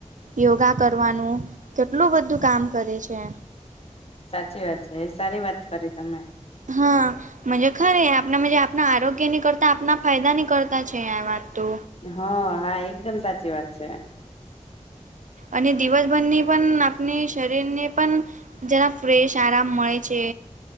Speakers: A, on the right (about 80°); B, on the left (about 50°).
A: યોગા કરવાનું કેટલું બધું કામ કરે છે.
B: સાચી વાત છે એ સારી વાત કરી તમે.
A: હા. મજૃ ખરે આપણા આપણા આરોગ્ય ની કરતા આપણા ફાયદા ની કરતા છે આ વાત તો.
B: હ હા એકદમ સાચી વાત છે.
A: અને દિવસભરની પણ આપણી શરીરને પણ. જરા ફ્રેશ આરામ મળે છે.